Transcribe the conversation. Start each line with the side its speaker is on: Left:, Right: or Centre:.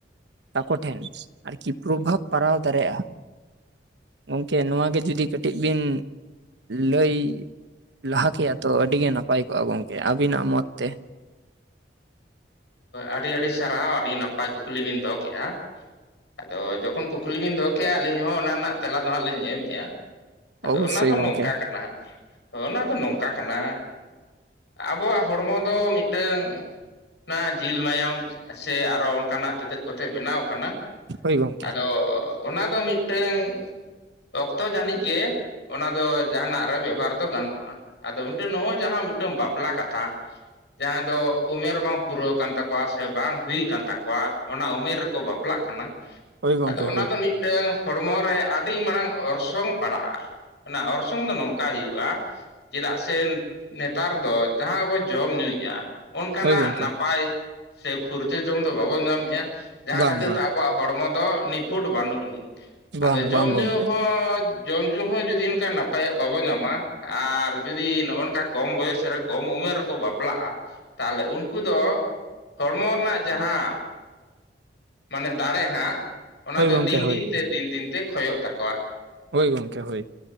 Right: ᱛᱟᱠᱚ ᱴᱷᱮᱱ ᱟᱨᱠᱤ ᱯᱨᱚᱵᱷᱟᱵᱽ ᱯᱟᱨᱟᱣ ᱫᱟᱨᱮᱭᱟᱜᱼᱟ᱾ ᱜᱚᱢᱠᱮ ᱱᱚᱣᱟ ᱜᱮ ᱡᱩᱫᱤ ᱠᱟᱹᱴᱤᱡ ᱵᱤᱱ ᱞᱟᱹᱭ ᱞᱟᱦᱟ ᱠᱮᱭᱟ ᱛᱚ ᱟᱹᱰᱤ ᱜᱮ ᱱᱟᱯᱟᱭ ᱠᱚᱜᱼᱟ ᱜᱚᱝᱠᱮ ᱟᱹᱵᱤᱱᱟᱜ ᱢᱚᱛ ᱛᱮ᱾
Left: ᱟᱹᱰᱤ ᱟᱹᱰᱤ ᱥᱟᱨᱦᱟᱣ ᱟᱹᱰᱤ ᱱᱟᱯᱟᱭ ᱠᱩᱠᱞᱤ ᱵᱤᱱ ᱫᱚᱦᱚ ᱠᱮᱜᱼᱟ᱾ ᱟᱫᱚ ᱡᱚᱠᱷᱚᱱ ᱠᱩᱠᱞᱤ ᱵᱤᱱ ᱫᱚᱦᱚ ᱠᱮᱜᱼᱟ ᱟᱹᱞᱤᱧ ᱦᱚᱸ ᱚᱱᱟ ᱨᱮᱱᱟᱜ ᱛᱮᱞᱟ ᱫᱚ ᱦᱟᱸᱜ ᱞᱤᱧ ᱮᱢ ᱮᱫᱼᱟ᱾ ᱟᱫᱚ
Right: ᱚᱵᱚᱥᱥᱳᱭ
Left: ᱚᱱᱟ ᱫᱚ
Right: ᱜᱚᱝᱠᱮ
Left: ᱱᱚᱝᱠᱟ ᱠᱟᱱᱟ ᱦᱚ ᱚᱱᱟ ᱫᱚ ᱱᱚᱝᱠᱟ ᱠᱟᱱᱟ ᱟᱵᱚᱣᱟᱜ ᱦᱚᱲᱢᱚ ᱫᱚ ᱢᱤᱫᱴᱟᱹᱝ-ᱼ ᱚᱱᱟ ᱡᱤᱞ ᱢᱟᱭᱟᱢ ᱥᱮ ᱟᱨᱚ ᱚᱱᱠᱟᱱᱟᱜ ᱛᱮᱛᱮᱫ ᱠᱚᱛᱮ ᱵᱮᱱᱟᱣ ᱟᱠᱟᱱᱟ᱾
Right: ᱦᱳᱭ ᱜᱚᱝᱠᱮ
Left: ᱟᱫᱚ ᱚᱱᱟ ᱫᱚ ᱢᱤᱫᱴᱟᱹᱝ ᱚᱠᱛᱚ ᱡᱟᱹᱱᱤᱡ ᱜᱮ ᱚᱱᱟ ᱫᱚ ᱡᱟᱸᱦᱟᱱᱟᱜ ᱨᱮ ᱵᱮᱵᱷᱟᱨ ᱫᱚ ᱜᱟᱱᱚᱜᱼᱟ ᱟᱫᱚ ᱢᱤᱫᱴᱮᱱ ᱱᱚᱜᱼᱚᱭ ᱡᱟᱦᱟᱸ ᱢᱤᱫᱴᱮᱱ ᱵᱟᱯᱞᱟ ᱠᱟᱛᱷᱟ ᱡᱟᱦᱟᱸ ᱫᱚ ᱩᱢᱮᱨ ᱵᱟᱝ ᱯᱩᱨᱟᱹᱣ ᱠᱟᱱ ᱛᱟᱠᱚᱣᱟ ᱥᱮ ᱵᱟᱝ ᱦᱩᱭ ᱠᱟᱱ ᱛᱟᱠᱚᱣᱟ ᱚᱱᱟ ᱩᱢᱮᱨ ᱨᱮᱠᱚ ᱵᱟᱯᱞᱟᱜ ᱠᱟᱱᱟ
Right: ᱦᱳᱭ ᱜᱚᱝᱠᱮ
Left: ᱟᱫᱚ ᱚᱱᱟ
Right: ᱦᱳᱭ
Left: ᱫᱚ ᱢᱤᱫᱴᱟᱹᱝ ᱦᱚᱲᱢᱚ ᱨᱮ ᱟᱹᱰᱤ ᱢᱟᱲᱟᱝ ᱚᱨᱥᱚᱝ ᱯᱟᱲᱟᱜᱼᱟ᱾ ᱚᱱᱟ ᱚᱨᱥᱚᱝ ᱫᱚ ᱱᱚᱝᱠᱟ ᱦᱩᱭᱩᱜᱼᱟ ᱪᱮᱫᱟᱜ ᱥᱮ ᱱᱮᱛᱟᱨ ᱫᱚ ᱡᱟᱦᱟᱸ ᱵᱚ ᱡᱚᱢ ᱧᱩᱭᱮᱫᱼᱟ ᱚᱱᱠᱟᱱᱟᱜ
Right: ᱦᱳᱭ ᱜᱚᱝᱠᱮ
Left: ᱱᱟᱯᱟᱭ ᱥᱮ ᱯᱷᱩᱨᱪᱟᱹ ᱡᱚᱢ ᱫᱚ ᱵᱟᱵᱚᱱ ᱧᱟᱢᱮᱫᱼᱟ ᱡᱟᱦᱟᱸ
Right: ᱵᱟᱝ
Left: ᱠᱷᱟᱹᱛᱤᱨ
Right: ᱵᱟᱝ
Left: ᱛᱮ ᱟᱵᱚᱣᱟᱜ ᱦᱚᱲᱢᱚ ᱫᱚ ᱱᱤᱯᱷᱩᱴ ᱵᱟᱹᱱᱩᱜ ᱟᱹᱱᱤᱡ
Right: ᱵᱟᱝ
Left: ᱟᱫᱚ ᱡᱚᱢ
Right: ᱵᱟᱝ ᱜᱚᱝᱠᱮ
Left: ᱧᱩ ᱦᱚᱸ ᱡᱚᱢ ᱧᱩ ᱦᱚᱸ ᱡᱩᱫᱤ ᱚᱱᱠᱟ ᱱᱟᱯᱟᱭᱟᱜ ᱵᱟᱵᱚ ᱧᱟᱢᱟ ᱟᱨ ᱡᱩᱫᱤ ᱱᱚᱜᱼᱚ ᱠᱟ ᱠᱚᱢ ᱵᱚᱭᱮᱥ ᱨᱮ ᱠᱚᱢ ᱩᱢᱮᱨ ᱨᱮᱠᱚ ᱵᱟᱯᱞᱟᱜᱼᱟ ᱛᱟᱦᱚᱞᱮ ᱩᱱᱠᱩ ᱫᱚ ᱦᱚᱲᱢᱚ ᱨᱮᱱᱟᱜ ᱡᱟᱦᱟᱸ ᱢᱟᱱᱮ ᱫᱟᱲᱮ ᱦᱟᱸᱜ ᱚᱱᱟ
Right: ᱦᱳᱭ
Left: ᱫᱚ
Right: ᱜᱚᱝᱠᱮ
Left: ᱫᱤᱱ
Right: ᱦᱳᱭ
Left: ᱫᱤᱱᱛᱮ ᱫᱤᱱ ᱫᱤᱱᱛᱮ ᱠᱷᱚᱭᱚᱜ ᱛᱟᱠᱚᱣᱟ᱾
Right: ᱦᱳᱭ ᱜᱚᱝᱠᱮ ᱦᱳᱭ᱾